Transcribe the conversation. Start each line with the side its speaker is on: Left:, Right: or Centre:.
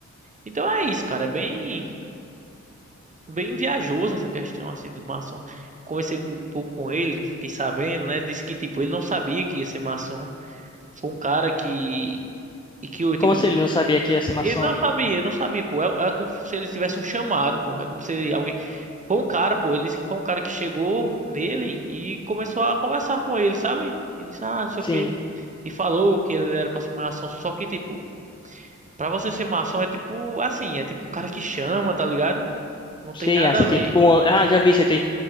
Right: Então é isso, cara, é bem, bem viajoso essa questão assim dos maçons. Conversei um pouco com ele, fiquei sabendo, né? Disse que tipo ele não sabia que ia ser maçom. Foi um cara que e que o tipo
Left: Como assim ele não sabia que ia ser maçom?
Right: ele não sabia, não sabia, pô. É, é como se ele tivesse um chamado, pô. É como se alguém foi um cara, pô. Ele disse que foi um cara que chegou nele e começou a conversar com ele, sabe? E disse ah, não sei
Left: Sim,
Right: o quê. E falou que ele era pra ser maçom, só que tipo Pra você ser maçom é tipo assim, é tipo um cara que chama, tá ligado? Não tem
Left: sim.
Right: nada
Left: Ah, você
Right: a ver.
Left: tem tipo. um- Ah, já vi, você tem